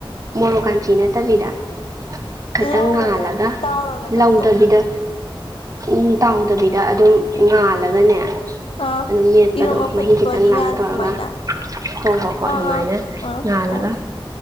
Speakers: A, on the right (about 40°); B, on the left (about 80°).
A: ꯃꯣꯔꯣꯛ ꯀꯥꯟꯆꯤ ꯅꯠꯇꯕꯤꯗ꯫ ꯈꯤꯇꯪ
B: ꯂꯧꯔꯒ
A: ꯉꯥꯜꯂꯒ
B: ꯇꯥꯎꯔꯒ ꯇꯧꯕꯗꯣ
A: ꯂꯧꯗꯕꯤꯗ ꯎꯝ ꯇꯥꯎꯗꯕꯤꯗ ꯑꯗꯨꯝ ꯉꯥꯜꯂꯒꯅꯦ
B: ꯑꯥ
A: ꯑꯗꯨꯝ ꯃꯦꯠꯄꯗꯣ
B: ꯏꯔꯣꯝꯕ
A: ꯃꯍꯤ
B: ꯐꯨꯠꯄꯒꯤ
A: ꯈꯤꯇꯪ ꯂꯥꯡꯅ
B: ꯉꯥꯟꯕ
A: ꯇꯧꯔꯒ
B: ꯑꯗꯨꯃꯥꯏꯅ
A: ꯍꯣ ꯍꯣ ꯍꯣꯏ ꯑꯗꯨꯃꯥꯏꯅ
B: ꯑꯥ ꯑꯥ ꯑꯥ
A: ꯉꯥꯜꯂꯒ
B: ꯎꯝ